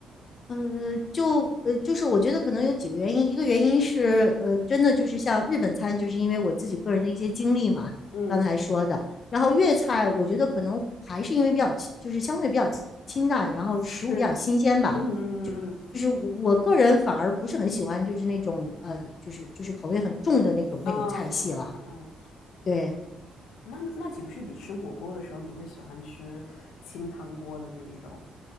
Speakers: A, on the left (about 45°); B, on the left (about 90°).
A: 呃，就呃，就是我觉得可能有几个原因，一个原因是，呃，真的就是像日本餐，就是因为我自己个人的一些经历嘛，
B: 嗯，
A: 刚才说的。然后粤菜，我觉得可能还是因为比较清就是相对比较清淡，然后食物比较新鲜吧。
B: 是，嗯嗯嗯
A: 就是我我个人反而不是很喜欢，就是那种呃，就是就是口味很重的那种那种菜系了。
B: 嗯嗯嗯嗯嗯嗯。
A: 对，
B: 那那岂不是你吃火锅的时候，你会喜欢吃清汤锅的那一种？